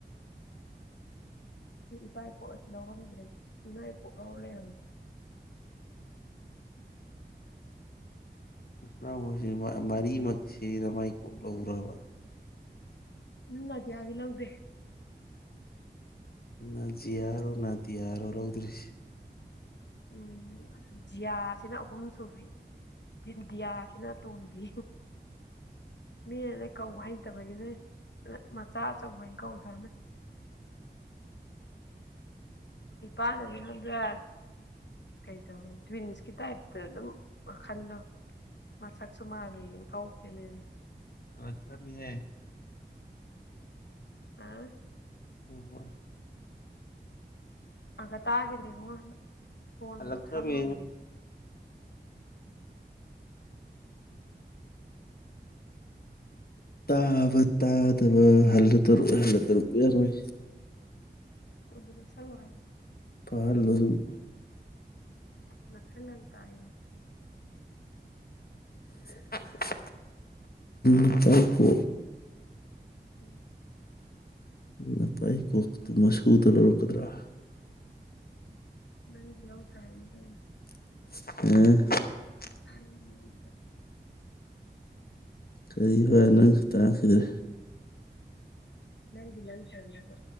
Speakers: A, on the left (about 80°); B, on the left (about 60°).
A: ꯑꯩꯈꯣꯏ ꯏꯄꯥ ꯏꯄꯨ ꯑꯁꯤ ꯂꯧꯔꯝꯗ꯭ꯔꯦ ꯏꯃꯥ ꯏꯄꯣꯛ ꯂꯧꯔ ꯂꯩꯔꯝꯃꯤ
B: ꯅꯎꯁꯤ ꯃꯔꯤꯃꯛꯁꯤꯗ ꯃꯥꯏ ꯀꯣꯛ ꯂꯧꯔꯕ
A: ꯎꯝꯗꯤ ꯌꯥꯗ ꯂꯥꯎꯗꯦ
B: ꯅꯖꯤꯌꯥꯔꯣ ꯅ ꯗꯤꯌꯥꯔꯣ ꯂꯧꯗ꯭ꯔꯤꯁꯤ
A: ꯎꯝ ꯖꯤꯌꯥꯁꯤꯅ ꯑꯍꯨꯝ ꯁꯨꯕꯤ ꯗꯤꯌꯥꯁꯤꯅ ꯇꯣꯝꯕꯤ ꯃꯤꯅ ꯀꯧꯕ ꯍꯩꯇꯕꯒꯤꯅꯦ ꯃꯆꯥ ꯑꯆꯧꯕꯒꯤ ꯀꯧꯗꯕꯅꯦ ꯏꯄꯥꯅꯅꯦ ꯈꯕ꯭ꯔꯥ ꯀꯩꯗꯧꯋꯦ ꯇ꯭ꯋꯤꯟꯁꯀꯤ ꯇꯥꯏꯞꯇ ꯑꯗꯨꯝ ꯋꯥꯈꯟꯗꯣ ꯃꯁꯛꯁꯨ ꯃꯥꯜꯂꯌꯦꯡ ꯀꯧ ꯀꯅ
B: ꯑꯂꯛꯆꯔ ꯃꯤꯌꯦ
A: ꯑꯥ
B: ꯑ
A: ꯑꯒ ꯇꯥꯁꯗ꯭ꯔꯦ ꯍ ꯐꯅ
B: ꯍꯜꯂꯛꯈ꯭ꯔꯃꯤ
A: ꯁꯜꯂꯣ <inaudible>
B: ꯇ ꯇꯥꯗꯕ ꯍꯜꯂ ꯇꯔ ꯍꯜꯂ ꯇꯔꯨ ꯌꯥꯔꯣꯏ
A: ꯑꯣꯕꯨꯗꯁꯣ ꯁꯂ ꯍꯥꯏꯦ
B: ꯄꯥꯜꯂꯨꯡ
A: ꯐꯁꯜꯦꯜ ꯇꯥꯏ
B: <inaudible>
A: <inaudible>
B: ꯎ ꯇꯥꯏꯄ
A: ꯎꯝ
B: ꯅ ꯄꯥꯏ ꯀꯣꯛꯇꯨ ꯃꯁꯨꯗ ꯂꯧꯔꯛꯀꯗ꯭ꯔꯥ
A: ꯪꯗꯤ ꯌꯥꯥꯎ ꯇꯥꯏꯅꯤ ꯀ
B: ꯑ
A: ꯎꯝ
B: ꯀꯔꯤ ꯋꯥ ꯅꯪ ꯇꯥꯈꯤꯗ꯭ꯔꯦ
A: ꯅꯪꯗꯤ ꯅꯪ ꯆꯅꯕ